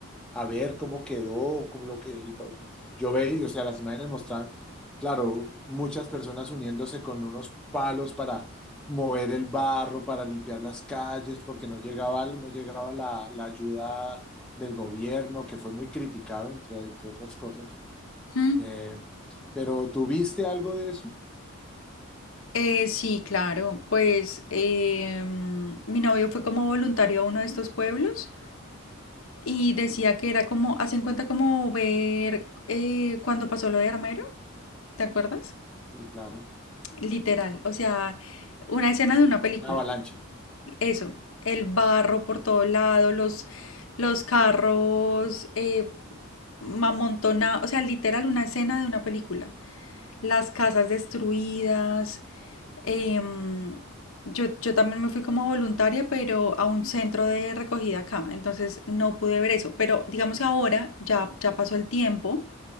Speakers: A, in the centre; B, on the left.
A: a ver cómo quedó, como lo que el- yo veía, o sea, las imágenes mostraban, claro, muchas personas uniéndose con unos palos para mover el barro, para limpiar las calles, porque no llegaba, no llegaba la, la ayuda del gobierno, que fue muy criticado, entre, entre otras cosas.
B: Mm,
A: Eh, pero ¿tuviste algo de eso?
B: eh, sí, claro. Pues eh, mm, mi novio fue como voluntario a uno de estos pueblos y decía que era como, hacen cuenta como ver eh, cuando pasó lo de Armero, ¿te acuerdas?
A: Sí, claro.
B: Literal, o sea, una escena de una película.
A: Una avalancha,
B: Eso, el barro por todo lado, los, los carros eh, amontonados, o sea, literal una escena de una película. Las casas destruidas. em, yo, yo también me fui como voluntaria, pero a un centro de recogida acá, entonces no pude ver eso. Pero digamos que ahora ya, ya pasó el tiempo,